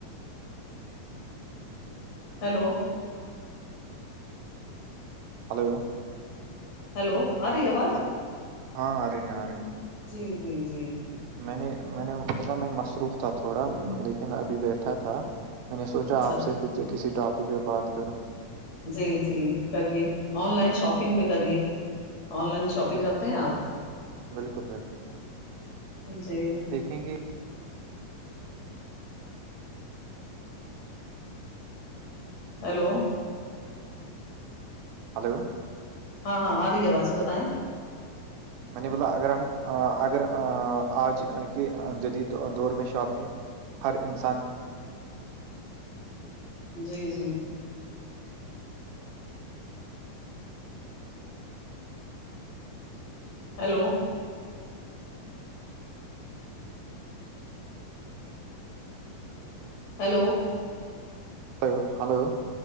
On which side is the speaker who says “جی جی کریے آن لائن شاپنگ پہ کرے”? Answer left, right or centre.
Left